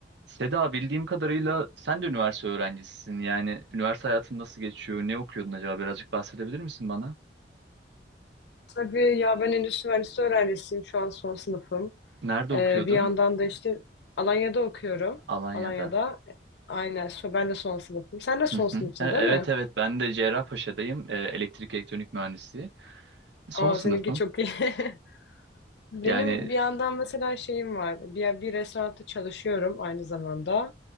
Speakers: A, on the right; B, on the left.
A: Seda bildiğim kadarıyla sen de üniversite öğrencisisin. Yani üniversite hayatın nasıl geçiyor? Ne okuyordun acaba? Birazcık bahsedebilir misin bana?
B: Tabii ya ben endüstri mühendisliği öğrencisiyim. Şu an son sınıfım.
A: Nerede okuyordun?
B: Ee, bir yandan da işte Alanya'da okuyorum.
A: Alanya'da.
B: Alanya'da. Aynen. so- Ben de son sınıfım. Sen de son
A: Hı hı.
B: sınıfsın
A: E- Evet
B: değil mi?
A: evet ben de Cerrahpaşa'dayım. E, Elektrik elektronik mühendisliği. Son
B: Aa
A: sınıfım.
B: seninki çok iyi. <laughs> Benim
A: Yani
B: bir yandan mesela şeyim var. Bir, bir restoranda çalışıyorum aynı zamanda.